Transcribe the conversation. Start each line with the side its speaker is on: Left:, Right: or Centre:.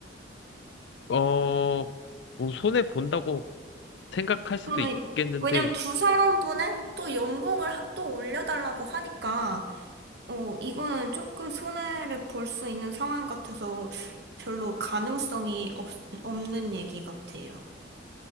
Left: 어, 뭐 손해 본다고 생각할 수도
Right: 저는,
Left: 있겠는데,
Right: 왜냐면 두 사람분의 또 연봉을 하- 또 올려달라고 하니까, 어, 이거는 조금 손해를 볼 수 있는 상황 같아서 별로 가능성이 없, 없는 얘기 같아요.